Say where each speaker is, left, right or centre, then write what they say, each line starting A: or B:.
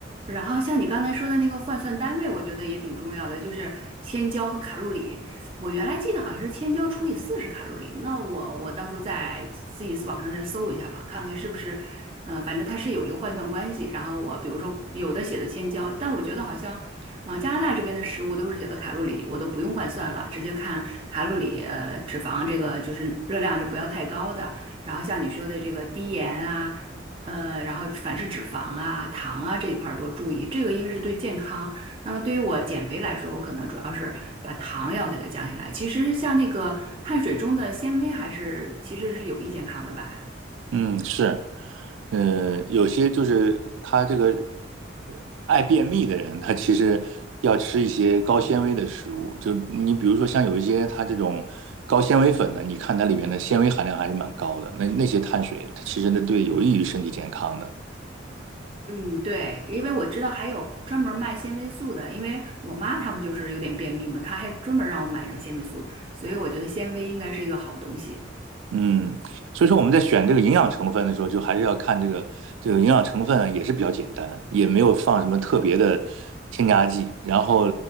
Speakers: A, on the right; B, on the right.
A: 然后像你刚才说的那个换算单位，我觉得也挺重要的，就是千焦和卡路里。我原来记得好像是千焦除以四十卡路里，那我我到时候再自己网上再搜一下吧，看看是不是，呃，反正它是有一个换算关系。然后我比如说有的写的千焦，但我觉得好像往加拿大这边的食物都是写的卡路里，我都不用换算了，直接看卡路里，呃，脂肪这个就是热量，这不要太高的。然后像你说的这个低盐啊。呃，然后凡是脂肪啊、糖啊这一块儿多注意，这个因为是对健康。那么对于我减肥来说，我可能主要是把糖要给它降下来。其实像那个碳水中的纤维还是其实是有益健康的吧。
B: 嗯是。嗯，有些就是他这个呃爱便秘的人，他其实要吃一些高纤维的食物。就你比如说像有一些他这种高纤维粉的，你看它里面的纤维含量还是蛮高的，那那些碳水它其实那对有益于身体健康的。
A: 嗯，对，因为我知道还有专门卖纤维素的，因为我妈她不就是有点便秘嘛，她还专门让我买这个纤维素，所以我觉得纤维应该是一个好东西。
B: 嗯，所以说我们在选这个营养成分的时候，就还是要看这个这个营养成分啊，也是比较简单，也没有放什么特别的添加剂，然后